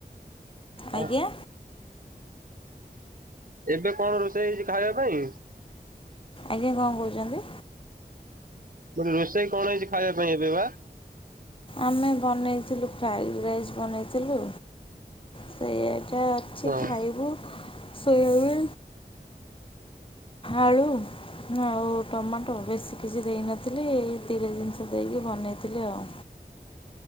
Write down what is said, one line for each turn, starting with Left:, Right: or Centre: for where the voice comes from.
Right: ହଁ,
Left: ଆଜ୍ଞା।
Right: ଏବେ କଣ ରୋଷେଇ ହେଇଛି ଖାଇବା ପାଇଁ?
Left: ଆଜ୍ଞା କଣ କହୁଛନ୍ତି?
Right: ଗୋଟେ ରୋଷେଇ କଣ ହେଇଛି ଖାଇବା ପାଇଁ ଏବେ ବା?
Left: ଆମେ ବନେଇଥିଲୁ ଫ୍ରାଏଡ଼୍ ରାଇସ୍ ବନେଇଥିଲୁ। ସେଇଟା ଅଛି
Right: ହଁ
Left: ଖାଇବୁ ସୋଇବୁ। ଆଳୁ। ହଁ ଆଉ ଟମାଟୋ ବେଶୀ କିଛି ଦେଇନଥିଲି ଏତିକି ଜିନିଷ ଦେଇକି ବନେଇଥିଲି ଆଉ।